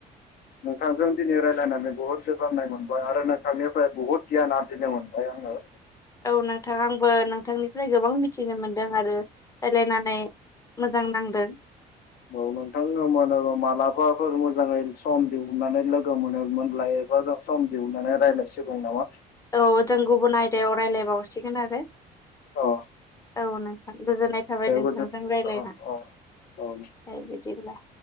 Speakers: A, on the left; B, on the left.
A: नोंथांजों दिनै रायजलायनानै बुहुद गोजोननाय मोनबाय आरो नोंथांनिफ्राय बहुत गियान आरजिनो मोनबाय आङो
B: औ नोंथां आंबो नोंथांनिफ्राय गोबां मिथिनो मोनदों आरो रायलायनानै मोजां नांदों।
A: औ नोंथांनो <unintelligible> मालाबाफोर मोजाङै सम दिहुननानै लोगो मोनो मोनलाय ओबा सम दिहुननानै रायलायसिगौ नामा?
B: औ जों गुबुन आयदायाव रायलायबावसिगोन आरो
A: औ
B: औ नोंथां गोजोननाय थाबाय
A: दे
B: नोंथांजों
A: गोजोन
B: रायलायना
A: औ औ औ
B: बाय बिदिब्ला।